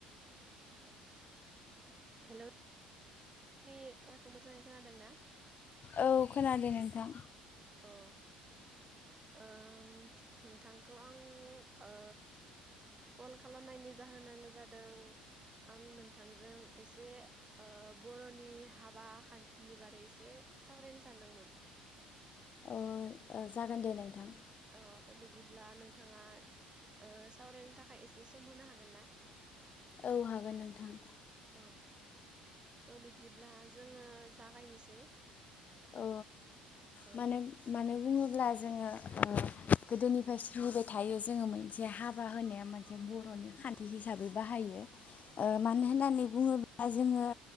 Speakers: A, on the right; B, on the left.
A: हेलौ आंनि रावखौ मोजाङै खोनादों ना?
B: औ खोनादों नोंथां
A: अ ओ नोंथांखौ आं ओ कल खालामनायनि जाहोनानो जादों आं नोंथांजों एसे ओ बरनि हाबा खान्थिनि बारै एसे सावरायनो सानदोंमोन
B: अ जागोन दे नोंथां
A: अ थबिदिब्ला नोंथाङा ओ सावरायनो थाखाय एसे सम होनो हागोन ना?
B: औ हागोन नोंथां
A: औ थ बिदिब्ला जोङो जागायनोसै
B: अ
A: औ
B: मानो मानो बुङो ब्ला जोङो ओ गोदोनिफ्राय सोलिबाय थायो जोङो मोनसे हाबा होनाया मोनसे बरनि खान्थि हिसाबै बाहायो ओ मानो
A: औ
B: होननानै
A: औ
B: बुङो जोङो